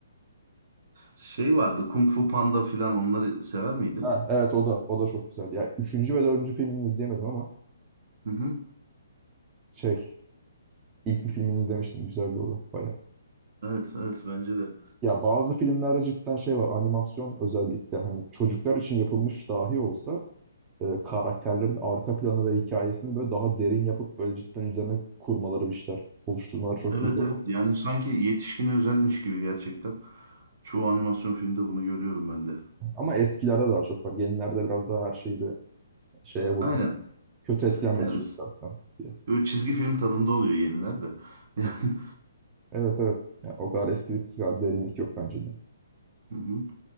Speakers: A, on the right; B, on the right.
A: Şey vardı Kung Fu Panda filan onları sever miydin?
B: Ha, evet o da o da çok güzeldi. Ya üçüncü ve dördüncü filmini izleyemedim ama
A: Hı hı.
B: şey ilk bir filmini izlemiştim. Güzeldi o da bayağı.
A: Evet evet bence de.
B: Ya bazı filmlerde cidden şey var. Animasyon özellikle hani çocuklar için yapılmış dahi olsa e, karakterlerin arka planı ve hikayesini böyle daha derin yapıp böyle cidden üzerine kurmaları bir şeyler oluşturmaları çok
A: Evet
B: güzel
A: evet
B: oluyor.
A: yani sanki yetişkine özelmiş gibi gerçekten. Çoğu animasyon filmde bunu görüyorum ben de.
B: Ama eskilerde daha çok var. Yenilerde biraz daha her şeyi bir şeye vurdular.
A: Aynen.
B: Kötü etkilenmesi
A: Yani
B: çocuklar falan diye.
A: böyle çizgi film tadında oluyor yeniler de. <laughs> Yani,
B: Evet evet. evet. Ya, o kadar eskilik kadar derinlik yok bence de.
A: hı hı.